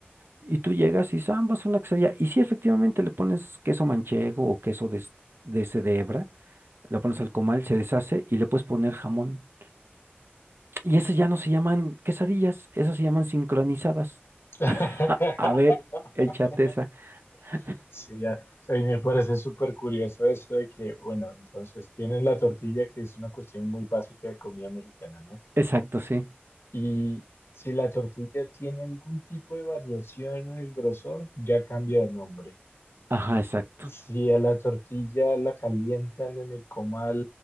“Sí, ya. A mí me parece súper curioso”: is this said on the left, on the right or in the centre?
Left